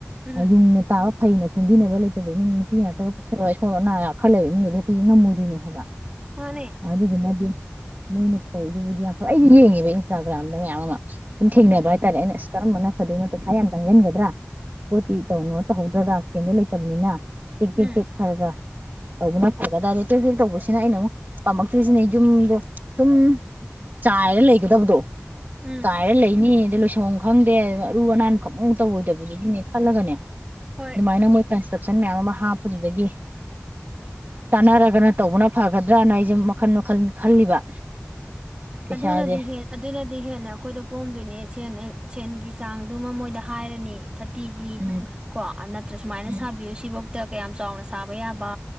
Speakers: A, on the right; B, on the right.
A: ꯎꯝ
B: ꯌꯨꯝꯅꯦ ꯇꯥꯕ ꯍꯩꯅ ꯈ ꯈꯨꯟꯕꯤꯅꯕ ꯂꯩꯇꯕ ꯏꯃꯨꯡ ꯅꯨꯄꯤ ꯉꯥꯛꯇꯒ ꯄꯛꯆꯔꯒ ꯏꯁꯀꯣꯜ ꯑꯅꯥꯌꯥ ꯈꯜꯂꯦꯕ ꯏꯃꯨꯡꯗꯨꯗꯤ ꯍꯦꯛꯇꯗꯤ ꯉꯝꯃꯣꯏꯗꯣꯏꯅꯦ ꯍꯥꯏꯕ ꯑꯗꯨꯗꯤ
A: ꯃꯥꯅꯦ
B: ꯅꯗꯤ ꯃꯣꯏꯅ ꯇꯧꯋꯔꯤꯗꯨꯕꯨꯗꯤ ꯌꯥꯝ ꯐꯦ ꯑꯩꯁꯨ ꯌꯦꯡꯉꯦꯕ ꯏꯟꯁꯇꯥꯒ꯭ꯔꯥꯝꯗ ꯃꯌꯥꯝ ꯑꯃ ꯁꯨꯝ ꯊꯦꯡꯅꯕ
A: ꯎꯝ
B: ꯍꯥꯏꯇꯥꯔꯦ ꯑꯩꯅ ꯑꯁ ꯀꯔꯝꯕꯅ ꯐꯗꯣꯏꯅ ꯐ ꯍꯥꯏ ꯌꯥꯝ ꯆꯪꯁꯤꯟꯒꯗ꯭ꯔꯥ ꯄꯣꯠꯇꯤ ꯇꯧꯅꯣ ꯇꯧꯍꯧꯗ꯭ꯔꯒ ꯁꯦꯟꯗꯣ ꯂꯩꯇꯕꯅꯤꯅ ꯊꯛ ꯊꯛ
A: ꯎꯝ
B: ꯊꯛ ꯈꯔꯒ ꯇꯧꯕꯅ ꯐꯒꯅꯤ ꯇꯣꯏ ꯇꯣꯏ ꯇꯧꯕꯁꯤ ꯑꯩꯅ ꯃꯨ ꯄꯥꯝꯃꯛꯇ꯭ꯔꯤ ꯖꯤꯅ ꯌꯨꯝꯗꯣ ꯁꯨꯝ ꯆꯥꯏꯔ ꯂꯩꯒꯗꯕꯗꯣ
A: ꯎꯝ
B: ꯆꯥꯏꯔ ꯂꯩꯅꯤ ꯑꯗꯩ ꯂꯣꯏꯁꯟꯕꯝ ꯈꯪꯗꯦ ꯑꯔꯨ ꯑꯅꯥꯟ ꯈꯛ ꯃꯨ ꯇꯧꯔꯣꯏꯗꯕꯗꯨꯒꯤꯅꯦ ꯈꯜꯂꯒꯅꯦ
A: ꯍꯣꯏ
B: ꯑꯗꯨꯃꯥꯏꯅ ꯃꯣꯏ ꯀꯟꯁꯇ꯭ꯔꯛꯁꯟ ꯃꯌꯥꯝ ꯑꯃ ꯍꯥꯞꯄꯗꯨꯗꯒꯤ ꯇꯅꯥꯔꯒꯅ ꯇꯧꯕꯅ ꯐꯒꯗ꯭ꯔꯥꯅ ꯑꯩꯖꯦ ꯃꯈꯜ ꯃꯈꯜ ꯈꯜꯂꯤꯕ ꯄꯩꯁꯥꯁꯦ
A: ꯑꯗꯨꯅꯗꯤ ꯍꯦꯠ ꯑꯗꯨꯅꯗꯤ ꯍꯦꯟꯅ ꯑꯩꯈꯣꯏꯗ ꯀꯣꯝꯗꯣꯏꯅꯦ ꯁꯦꯟꯅ ꯁꯦꯟꯒꯤ ꯆꯥꯡꯗꯨꯃ ꯃꯣꯏꯗ ꯍꯥꯏꯔꯅꯤ ꯊꯥꯔꯇꯤꯒꯤ
B: ꯎꯝ
A: ꯀꯣ ꯑꯥ ꯅꯠꯇ꯭ꯔ ꯁꯨꯃꯥꯏꯅ
B: ꯎꯝ
A: ꯁꯥꯕꯤꯌꯨ ꯁꯤꯕꯧ ꯇ ꯀꯌꯥꯝ ꯆꯥꯎꯅ ꯁꯥꯕ ꯌꯥꯕ